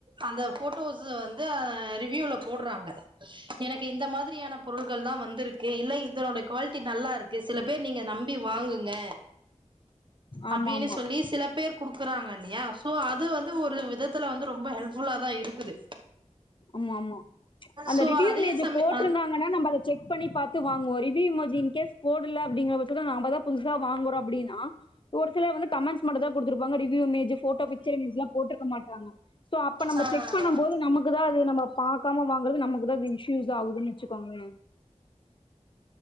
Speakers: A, on the right (about 40°); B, on the left (about 40°).
A: அந்த ஃபோட்டோஸ் வந்து ரிவியூல போடுறாங்க எனக்கு இந்த மாதிரியான பொருள்கள்ல்லா வந்திருக்கு இல்லை <unintelligible> குவாலிட்டி நல்லா இருக்கு சில பேர் நீங்க நம்பி வாங்குங்க
B: ஆமா
A: அப்புடினு
B: ஆமா
A: சொல்லி சில பேர் கொடுக்குறாங்க ல்லாயா சோ அது வந்து ஒரு விதத்துல வந்து ரொம்ப ஹெல்ப் ஃபுல்லா தான் இருக்குது
B: ஆமா ஆமா அந்தரிவூ
A: சோ அதே
B: இமேஜ்
A: சமய
B: போட்டிருந்தாங்கன்னா நம்ம அதை செக் பண்ணி பாத்து வாங்குவோம் ரிவ்யூ இமோஜ் இன்கேஸ் போடால அப்டிங்கற பச்சத்துள நாமதான் புதுசா வாங்கறோம் அப்டினா ஒரு சில வந்து கமென்ட்ஸ் மட்டும் தான் கொடுத்துருப்பாங்க ரிவ்யூ இமேஜ் போட்டோ பிக்சர்ல்லாம் போட்டுருக்க மாட்டாங்கோ அப்ப நம்ம
A: ஆ
B: செக் பண்ணும் போோது நமக்கு நம்ம பாக்காம வாங்குறது நமக்கு தான் அது ஷூஸ் ஆகுதுன்னு வச்சுக்கோங்க